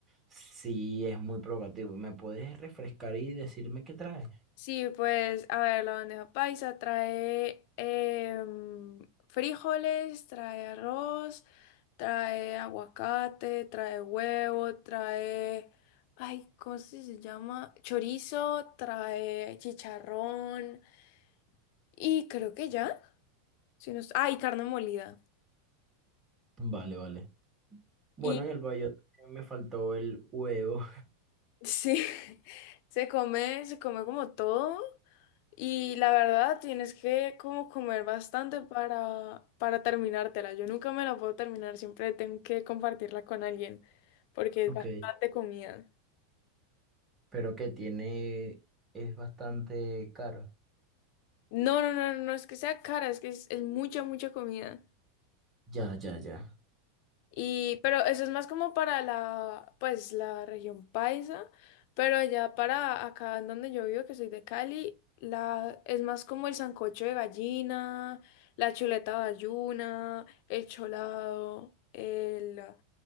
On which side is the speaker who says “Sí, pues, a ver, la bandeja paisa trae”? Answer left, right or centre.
Left